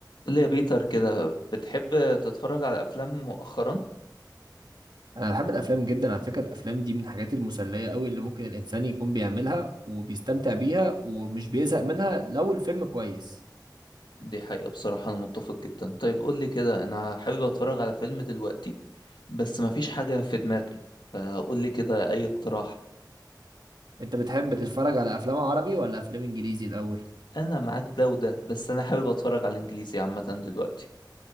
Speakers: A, on the left (about 80°); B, on the right (about 70°).
A: قول لي يا بيتر كده بتحب تتفرج على افلام مؤخرا
B: انا بحب الافلام جدا على فكره الافلام دي من الحاجات المسليه قوي اللي ممكن الانسان يكون بيعملها وبيستمتع بيها ومش بيزهق منها لو الفيلم كويس
A: دي حقيقة بصراحة انا متفق جدا طيب قول لي كده انا حابب اتفرج على فيلم دلوقتي بس مفيش حاجة في دماغي فقول لي كده اي اقتراح
B: انت بتحب تتفرج على افلام عربي ولا افلام انجليزي الاول
A: انا معاك ده وده بس انا حابب اتفرج على الانجليزي عامة دلوقتي